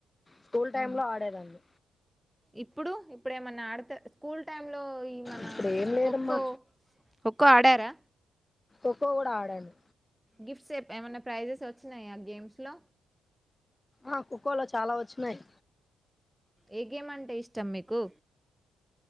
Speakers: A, on the left; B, in the centre.
A: స్కూల్ టైమ్
B: ఉమ్
A: లో ఆడేదాడి
B: ఇప్పుడు ఇప్పుడేమన్నా ఆడతే స్కూల్ టైమ్ లో ఈ మన
A: ఇప్పుడు ఏం లేదమ్మా
B: ఖోఖో ఖోఖో ఆడారా
A: ోఖో కూడా ఆడండి
B: గిఫ్ట్స్ ఏమన్నా ప్రైజెస్ వచ్చినాయా ఆ గేమ్స్ లో
A: ఆ ఖఖోలో చాలా వచ్చినయి
B: ఏ గేమ్ అంటే ఇష్టం మీకు